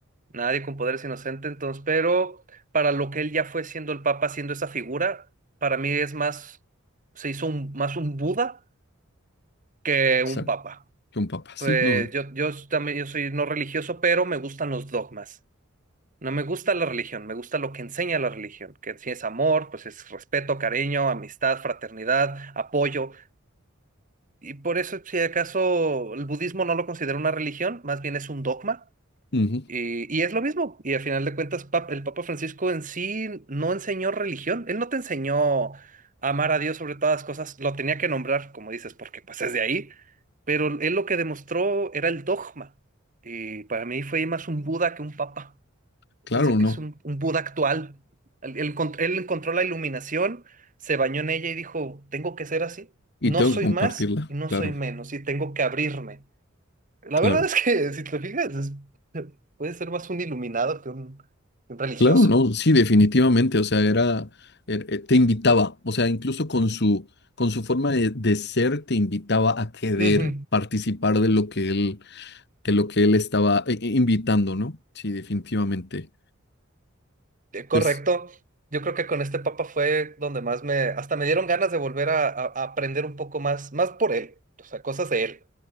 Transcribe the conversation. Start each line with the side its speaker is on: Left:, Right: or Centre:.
Right: Nadie con poder es inocente, entonces, pero para lo que él ya fue siendo el Papa, siendo esa figura, para mí es más, se hizo un- más un Buda que un
Left: Exacto.
Right: Papa.
Left: Que un papá, sí,
Right: Pues
Left: no sé.
Right: yo, yo también yo soy no religioso, pero me gustan los dogmas. No me gusta la religión, me gusta lo que enseña la religión, que si es amor, pues es respeto, cariño, amistad, fraternidad, apoyo. Y por eso, si acaso el budismo no lo considera una religión, más bien es un dogma.
Left: Ujú,
Right: Y, y es lo mismo. Y al final de cuentas, pap- el Papa Francisco en sí no enseñó religión. Él no te enseñó a amar a Dios sobre todas las cosas. Lo tenía que nombrar, como dices, porque pues es de ahí. Pero él lo que demostró era el dogma. Y para mí fue más un Buda que un papa
Left: Claro,
Right: entonces que
Left: no.
Right: es un, un Buda actual. Él, él encont- él encontró la iluminación, se bañó en ella y dijo, tengo que ser así.
Left: Y
Right: No
Left: tengo
Right: soy
Left: que compartirla,
Right: más y no
Left: claro,
Right: soy menos y tengo que abrirme. La
Left: claro.
Right: verdad es que, <laughs> si te fijas, es- puede ser más un iluminado que un, que un religioso.
Left: Claro, no, sí, definitivamente, o sea, era, er- eh, te invitaba, o sea, incluso con su, con su forma de, de ser, te invitaba a querer
Right: Ujú.
Left: participar de lo que él, de lo que él estaba eh, eh, invitando, ¿no? Sí, definitivamente.
Right: Eh, Correcto.
Left: Pues
Right: Yo creo que con este papa fue donde más me, hasta me dieron ganas de volver a, a- a aprender un poco más, más por él, o sea, cosas de él,